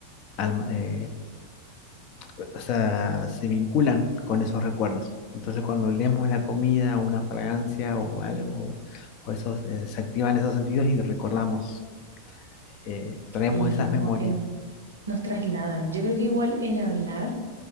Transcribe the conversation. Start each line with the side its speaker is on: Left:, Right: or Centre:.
Left: alma- eh, o sea, se vinculan con esos recuerdos. Entonces, cuando leemos la comida, una fragancia o algo, o esos, eh, se activan esos sentidos y recordamos, eh, traemos
Right: sí,
Left: esas
Right: como
Left: memorias.
Right: que no, nos trasladan. Yo creo que igual el hablar